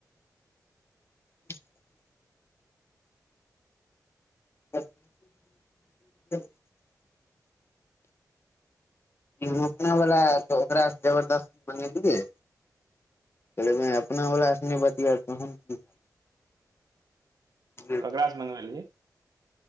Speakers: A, on the left; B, on the right.
A: ठ <inaudible> <unintelligible> <unintelligible> ओकरा जबरदस्त बनेलियै कहल अपना वला सनी बतियाइ <unintelligible>
B: केकरा सँ मगबेलही